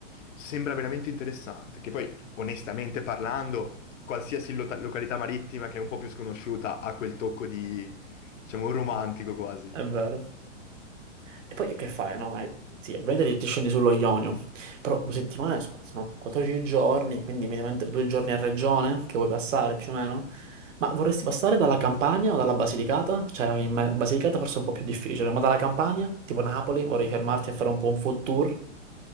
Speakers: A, on the left; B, on the right.
A: sembra veramente interessante, che poi onestamente parlando, qualsiasi lota- località marittima che è un po' più sconosciuta ha quel tocco di, diciamo, romantico quasi.
B: è vero. E poi che fai? No, ma sì, ovviamente ti, ti scendi sullo Ionio, però due settimane so- sono 14 giorni, quindi mediamente due giorni a regione che vuoi passare più o meno. Ma vorresti passare dalla Campania o dalla Basilicata? Cioè, in me- Basilicata forse è un po' più difficile, ma dalla Campania, tipo Napoli, vorrei fermarti a fare un po' un food tour.